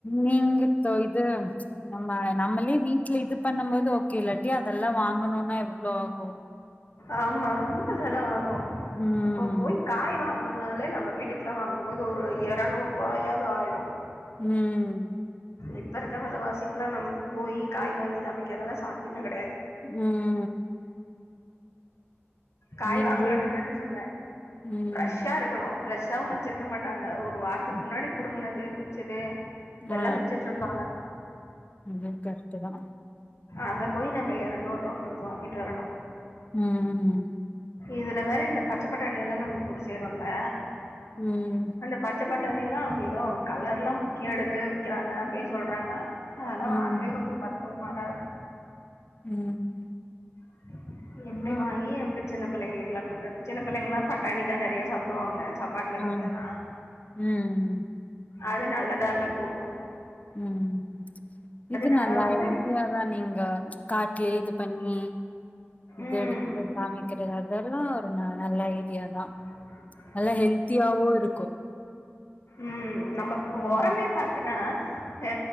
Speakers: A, on the left; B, on the left.
A: நீங்க தொய்த்து நம்ம நம்மளயே வீட்ல இது பண்ணும் போது ஓகே இல்லாட்டி அதெல்லா வாங்கணும்னா எவ்ளோ ஆகு
B: ஆமா ரொம்ப செலவாகு
A: ம்
B: இப்ப போய் காய் வாங்கன நம்னாலே நம்ம வீட்டுக்குல்லா வாங்கும் போது ஒரு இரநூறு ரூபாயாது ஆயிடு
A: ம்
B: இப்ப இருக்க விலவாசிக்க எல்லா நம்ம போய் காய் வாங்கி சமைக்குறத்துல்லா சாத்தியமே கிடையாது
A: ம்
B: காய்
A: நீங்களு
B: வாங்கறது பெருசுல்ல
A: ம்
B: ஃப்ரெஷ்ஷா இருக்கு கன்னு வச்சிருக்க
A: அ
B: மாட்டாங்க ஒரு வாரத்துக்கு
A: ம்.
B: முன்னாடி புடுங்கனது பிச்சது இதெல்லா
A: ஆ
B: வச்சுட்டு இருப்பாங்க
A: அதுவும் கருட் தா
B: அத போய் நம்ம இரநூறு ரூபா கொடுத்து வாங்கிட்டு வரணு
A: ம் ம்
B: இதுல வேற இந்த பச்ச பட்டாணி எல்லா நம்ம கூட செய்யறோம்ல
A: ம்
B: அந்த பச்ச பட்டணி எல்லா அவங்க ஏதோ கலர் எல்லா முக்கி எடுத்து விறக்கிறாங்க அப்டின்னு சொல்றாங்க அதெல்லா
A: ம்
B: வாங்கவே கொஞ்ச பத பதமாரா இருக்கு
A: ம்
B: <unintelligible> எப்டி
A: ஆ
B: வாங்கி அப்டி சின்ன பிள்ளைங்களுக்கு எல்லா கொடுக்கிறது சின்ன பிள்ளைங்களலா பட்டாணி தா நெறைய சாப்டுவாங்க சாப்ட்டுல இருந்ததுனா
A: ஆ ம்
B: அது நல்லதா இல்ல போடணு
A: ம் இது
B: நம்ம
A: நல்லா
B: வந்து
A: இதுதா நீங்க காட்டலயே இது பண்ணி இது
B: ம்
A: எடுத்து சமைக்கிறது அதெல்லா ஒரு ந நல்ல ஐடியா தா
B: ம் <inaudible>
A: நல்லா ஹெல்த்தியாவு இருக்கும்
B: ம் நம்ம
A: ம்
B: ஓரமே பாத்தீன்னா அ